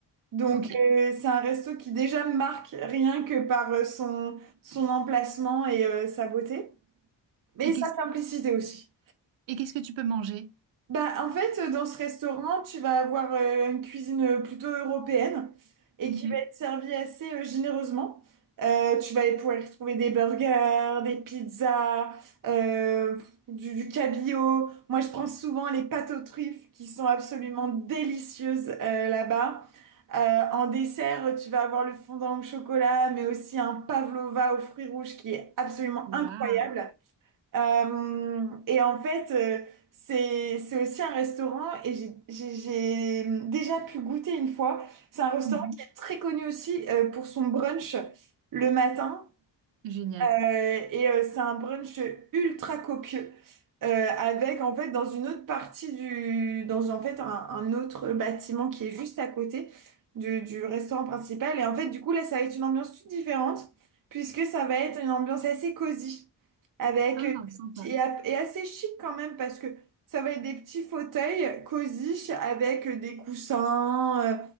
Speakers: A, on the right; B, on the right.
A: Donc,
B: Ok.
A: euh, c'est un resto qui déjà marque rien que par euh, son, son emplacement et euh, sa beauté, mais
B: Et
A: sa
B: qu'est-ce
A: simplicité aussi.
B: et qu'est-ce que tu peux manger?
A: Bah, en fait, euh, dans ce restaurant, tu vas avoir euh, une cuisine euh, plutôt européenne et
B: Mhm.
A: qui va être servie assez euh, généreusement. Euh, tu vas pouvoir y trouver des burgers, des pizzas, euh, du, du cabillaud. Moi, je prends souvent les pâtes aux truffes qui sont absolument délicieuses euh, là-bas. Euh, en dessert, tu vas avoir le fondant au chocolat, mais aussi un pavlova aux fruits rouges qui est absolument
B: Waouh.
A: incroyable. Euh, et en fait, euh, c'est c'est aussi un restaurant et j'ai j'ai- j'ai déjà pu goûter une fois. C'est un restaurant
B: Mhm.
A: qui est très connu aussi euh, pour son brunch le matin.
B: Génial.
A: Euh, et euh, c'est un brunch ultra copieux euh, avec en fait dans une autre partie du dans en fait un, un autre bâtiment qui est juste à côté du, du restaurant principal et en fait du coup là ça va être une ambiance toute différente puisque ça va être une ambiance assez cosy avec
B: Ah,
A: euh,
B: sympa.
A: et, a- et assez chic quand même parce que ça va être des petits fauteuils cosy avec euh, des coussins euh,